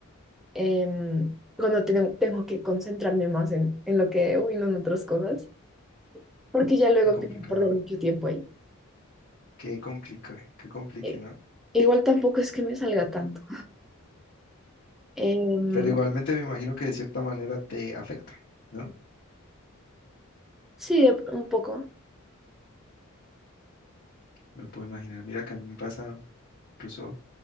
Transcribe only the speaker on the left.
qué
complicado.
Qué complique, qué complique,
¿no?
Pero igualmente me imagino que de cierta manera te afecta, ¿no?
Me puedo imaginar. Mira que a mí me pasa, incluso